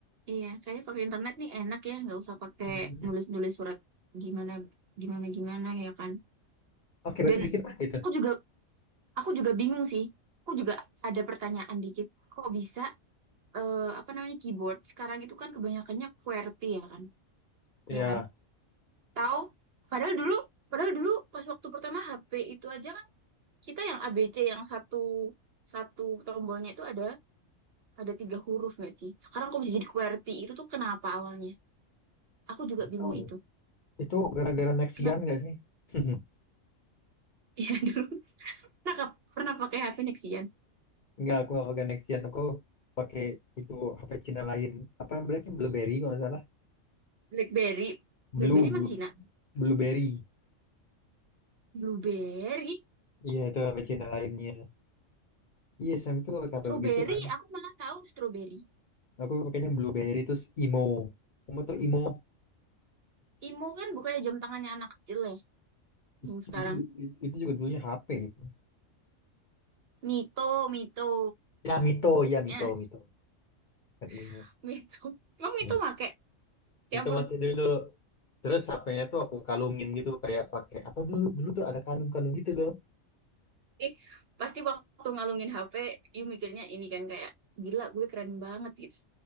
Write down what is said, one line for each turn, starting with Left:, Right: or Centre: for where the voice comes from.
Right: iya, kayaknya pakai internet nih enak ya, nggak usah pakai
Left: Hmm.
Right: nulis-nulis surat gimana gimana gimana ya kan.
Left: oke besok
Right: Dan
Left: bikin ah gitu
Right: aku juga aku juga bingung sih. Aku juga ada pertanyaan dikit. Kok bisa eh, apa namanya keyboard sekarang itu kan kebanyakannya QWERTY ya kan?
Left: ya
Right: Ya kan? Tahu padahal dulu padahal dulu pas waktu pertama HP itu aja kan kita yang ABC yang satu satu tombolnya itu ada ada tiga huruf nggak sih? Sekarang kok bisa jadi QWERTY itu tuh kenapa awalnya? Aku juga bingung
Left: tahu
Right: itu.
Left: itu gara-gara Nexian
Right: Kenapa? <laughs>
Left: gak sih <laughs>
Right: Iya dulu. Nah, pernah pakai HP Nexian?
Left: Enggak, aku nggak pakai Nexian aku pakai itu HP Cina lain apa namanya Blackberry kalau nggak salah
Right: BlackBerry.
Left: Blue,
Right: BlackBerry
Left: blue,
Right: mana Cina?
Left: blueberry.
Right: Blueberry.
Left: Iya, itu apa Cina lainnya. Iya, SMP tuh pakai apa
Right: Strawberry,
Left: begitu kan?
Right: aku malah tahu strawberry.
Left: Aku pakainya blueberry terus imo. Kamu tuh imo?
Right: Imo kan bukannya jam tangannya anak kecil ya,
Left: Itu,
Right: yang sekarang.
Left: itu, itu juga dulunya HP. itu.
Right: Mito, Mito.
Left: Ya, Mito, ya Mito,
Right: Eh,
Left: Mito. Kan imo.
Right: <laughs> Mito. Emang Mito
Left: Ya.
Right: make? Ya
Left: Mito
Right: ampun.
Left: pakai dulu. Terus HP-nya tuh aku kalungin gitu kayak pakai apa dulu dulu tuh ada kalung-kalung gitu loh.
Right: Eh, pasti waktu ngalungin HP, you mikirnya ini kan kayak, gila gue keren banget gitu.